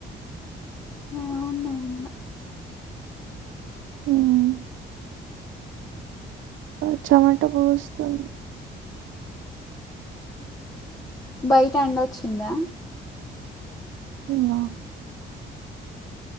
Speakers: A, on the left; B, on the right.
A: ఆ <unintelligible>
B: మ్మ్ ఆ చెమట పోస్తుంది
A: బయట ఎండ వచ్చిందా
B: ఏమో